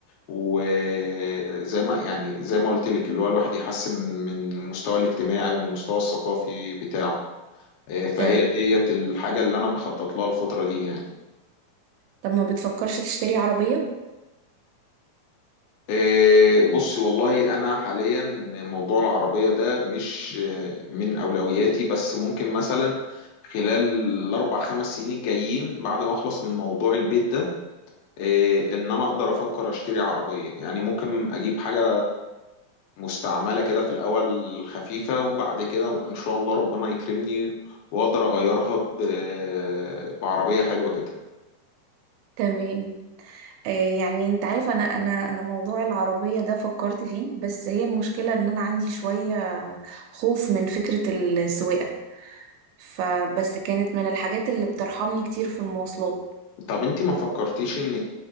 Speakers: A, on the left; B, on the right.
A: وزي ما يعني زي ما قلت لك اللي هو الواحد يحسن من المستوى الاجتماعي والمستوى الثقافي بتاعه إيه، فهي
B: تمام
A: ديت الحاجة اللي انا بخطط لها الفترة دي يعني
B: طب ما بتفكرش تشتري عربية
A: إيه، بصي والله انا حاليا موضوع العربيه ده مش إيه، من اولوياتي بس ممكن مثلا خلال الاربع خمس سنين الجايين بعد ما اخلص من موضوع البيت ده إيه، ان انا اقدر افكر اشتري عربيه يعني ممكن اجيب حاجه مستعمله كده في الاول خفيفه وبعد كده ان شاء الله ربنا يكرمني واقدر اغيرها ب- بعربيه حلوه كده
B: تمام آه يعني انت عارف انا انا انا موضوع العربية ده فكرت فيه بس هي المشكلة ان انا عندي شوية خوف من فكرة السواقة فبس كانت من الحاجات اللي بترحمني كتير في المواصلات
A: طب انت ما فكرتيش انك